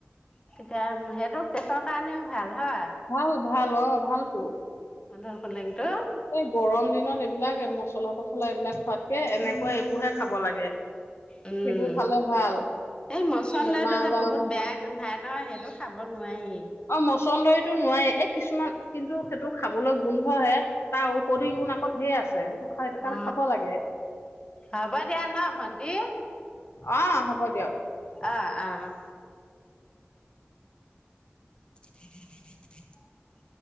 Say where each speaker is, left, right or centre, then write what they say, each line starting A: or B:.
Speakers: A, on the left; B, on the left.
A: স সেইটো পেটৰ কাৰণেও ভাল। হা
B: ভাল ভাল অ' ভালতো।
A: মধুসোলেংটো
B: এই গৰম দিনত এইবিলাক মচলা তছলা এইবিলাক খোৱাতকে এনেকুৱা এইবোৰহে খাব লাগে।
A: উম
B: সেইবোৰ খালে ভাল
A: এই মচন্দিৰিতটো
B: বেমাৰ আজাৰো
A: যে বহুত
B: নহয়
A: বেয়া গোন্ধাই ন সেই টো খাব নোৱাৰি
B: অ' মছন্দৰীতো নোৱাৰি এ কিছুমান কিন্তু সেইটো খাবলৈ গোন্ধহে তাৰ ঔষধি গুণ আক ঢেৰ আছে সেইটো সেইটো কাৰণে
A: অ
B: খাব লাগে।
A: হ'ব দিয়া ন ভন্টি
B: আহ হব দিয়ক।
A: অ অ'। <inaudible>